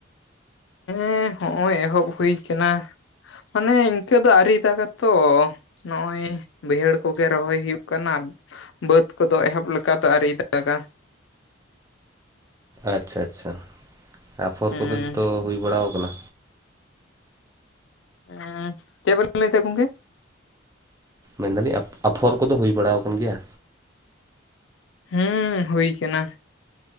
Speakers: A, on the left; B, on the right.
A: ᱦᱮᱸ ᱦᱚᱜᱼᱚᱭ ᱮᱦᱚᱵ ᱦᱩᱭ ᱠᱟᱱᱟ, ᱢᱟᱱᱮ ᱤᱱᱠᱟᱹ ᱫᱚ ᱟᱹᱨᱤ ᱫᱟᱜ ᱟᱛᱚ ᱱᱚᱜᱼᱚᱭ ᱵᱟᱹᱭᱦᱟᱹᱲ ᱠᱚᱜᱮ ᱨᱚᱦᱚᱭ ᱦᱩᱭᱩᱜ ᱠᱟᱱᱟ᱾ ᱵᱟᱹᱫᱽ ᱠᱚᱫᱚ ᱮᱦᱚᱵ ᱞᱮᱠᱟ ᱫᱚ ᱟᱹᱨᱤ ᱫᱟᱜᱟ᱾
B: ᱟᱪᱪᱷᱟ ᱟᱪᱪᱷᱟ, ᱟᱯᱷᱚᱨ
A: ᱦᱩᱸ
B: ᱠᱚᱫᱚ ᱡᱚᱛᱚ ᱦᱩᱭ ᱵᱟᱲᱟᱣ ᱠᱟᱱᱟ?
A: ᱮᱸ ᱪᱮᱫ ᱵᱤᱱ ᱞᱟᱹᱭ ᱫᱟ ᱜᱚᱢᱠᱮ?
B: ᱢᱮᱱᱫᱟᱞᱤᱧ ᱟᱯᱷᱚᱨ ᱠᱚᱫᱚ ᱦᱩᱭ ᱵᱟᱲᱟ ᱠᱟᱱ ᱜᱮᱭᱟ?
A: ᱦᱩᱸ ᱦᱩᱭ ᱠᱟᱱᱟ᱾